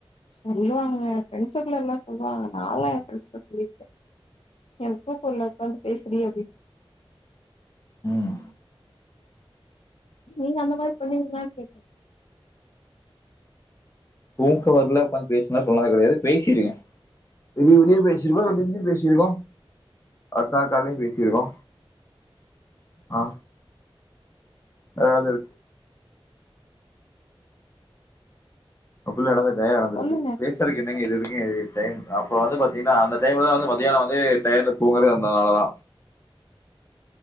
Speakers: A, on the left; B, on the left.
A: சொல்லுவாங்க ஃப்ரெண்ட்ஸுக்குள்ளாறலா சொல்லுவாங்க நாலா ஏ ஃப்ரெண்ட்ஸ்ட்ட சொல்லிருக்கே எனக்கு தூக்க வர்ல உக்காந்து பேசுடி அப்டின்
B: ம்
A: நீங்க அந்த மாரி பண்ணுவீங்களான்னு கேக்குற
B: தூக்க வர்ல உக்காந்து பேசுன்னுலா சொன்னது கெடையாது பேசிருக்கே விடிய விடிய பேசிருக்கோ விடிஞ்சு பேசிருக்கோ அடுத்தநாள் காலைலயு பேசிருக்கோ ஆ <unintelligible> <unintelligible>
A: சொல்லுங்க
B: பேசறக்கு என்னங்க இது இதுக்கு இ டைம் அப்ப வந்து பாத்தீங்கன்னா அந்த டைம்லதானல் வந்து மதியான வந்து டயர்ட்ல தூங்குறதே அந்தனாலதா